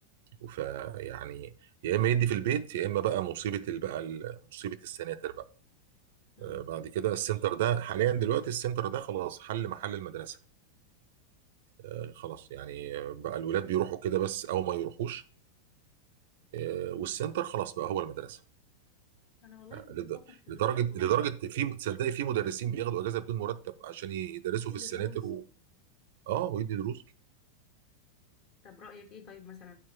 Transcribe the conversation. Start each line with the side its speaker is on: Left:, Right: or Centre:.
Right: فيعني يا اما يدي في البيت يا اما بقى مصيبه ال- بقى ال- مصيبه السناتر بقى
Left: مم.
Right: آه، بعد كده السنتر ده حاليا دلوقتي السنتر ده خلاص حل محل المدرسه آه، خلاص يعني آه، بقى الولاد بيروحوا كده بس او ما يروحوش آه، والسنتر خلاص بقى هو المدرسه
Left: انا والله كنت
Right: لد-
Left: بفكر في الدروس
Right: لدرجه
Left: الاونلاين
Right: لدرجه في تصدقي في مدرسين بياخدوا اجازه بدون مرتب عشان يدرسوا
Left: ايه
Right: في السناتر
Left: ده دروس
Right: و... اه ويدي دروس
Left: طب رأيك ايه طيب مثلا